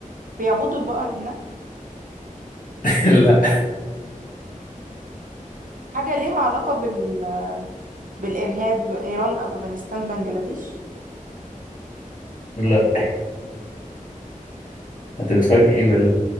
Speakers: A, on the right; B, on the left.
A: بيعبدوا البقر هناك
B: <laughs> لا
A: حاجة ليها علاقة بال بالإرهاب إيران أفغانستان بنجلاديش
B: لا هتتفاجئي بال